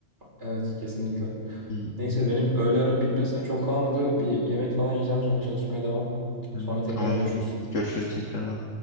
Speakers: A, on the right (about 65°); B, on the left (about 85°).
A: Evet kesinlikle.
B: İyi.
A: Neyse benim öğle aram bitmesine çok kalmadı. Bir yemek falan yiyeceğim sonra çalışmaya devam.
B: Hmm,
A: Sonra tekrar
B: Tamam
A: görüşürüz.
B: tamam. Görüşürüz tekrardan.